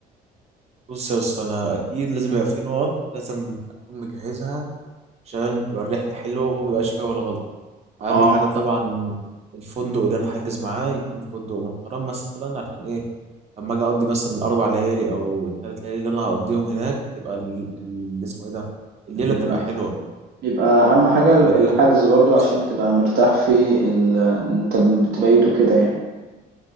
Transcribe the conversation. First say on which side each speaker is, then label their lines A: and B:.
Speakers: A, on the right; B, on the right.
A: بص يا اسطى انا اكيد لازم يبقى في نقط لازم اكون مجهزها عشان تبقى الرحلة حلوة وميبقاش فيها ولا غلطة أهم
B: اه
A: حاجة طبعا الفندق اللي أنا حاجز معاه يكون فندق محترم مثلا عشان إيه لما أجي أقضي مثلا الأربع ليالي أو الثلاث ليالي اللي أنا هقضيهم هناك تبقى ال- اللي اسمه إيه ده الليلة
B: يبقى
A: تبقى حلوة
B: يبقى أهم حاجة
A: في
B: ال-
A: المكان
B: الحجز برضو عشان
A: بس
B: تبقى مرتاح في ال... أنت تبيته كده يعني